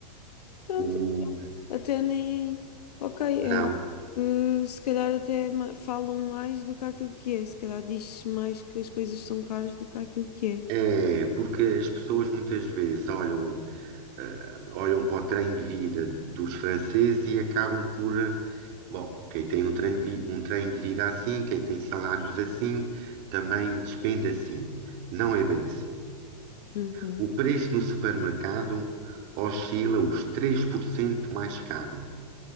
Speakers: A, on the left (about 70°); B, on the right (about 40°).
A: Pronto,
B: O,
A: Até nem. Ok,
B: não,
A: é algo que se calhar até ma- falam mais do que aquilo que é. Se calhar diz-se mais que as coisas são caras do que aquilo que é.
B: é porque as pessoas muitas vezes olham, eh, olham para o trem de vida dos franceses e acabam por, eh, bom, quem tem um trem de, vi- um trem de vida assim, quem tem salários assim, também despende assim. Não é bem assim.
A: Uhum.
B: O preço no supermercado oscila os 3% mais caro.